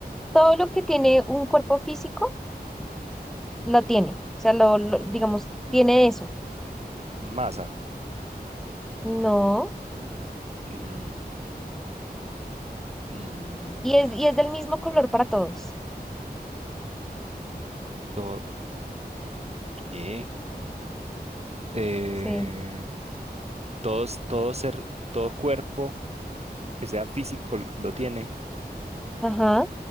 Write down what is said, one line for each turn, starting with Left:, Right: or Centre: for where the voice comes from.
Centre: todo lo que tiene un cuerpo físico lo tiene, o sea, lo, lo- digamos, tiene eso,
Right: Masa.
Centre: no,
Right: Mm, mm,
Centre: y es, y es del mismo color para todos,
Right: to- ¿qué? eh,
Centre: sí,
Right: todos, todo ser, todo cuerpo que sea físico lo tiene
Centre: ajá,